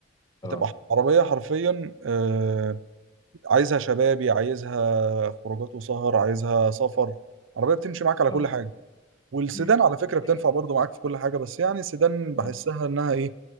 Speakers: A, on the right (about 75°); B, on the left (about 20°).
A: بتبقى
B: اه
A: عربيه حرفيا آه، عايزها شبابي عايزها خروجات وسهر عايزها سفر عربيه بتمشي معاك على
B: اه
A: كل حاجه والسيدان
B: امم
A: على فكرة
B: دي
A: بتنفع
B: حقيقة
A: برضو معاك في كل حاجة بس يعني السيدان
B: اه
A: بحسها انها ايه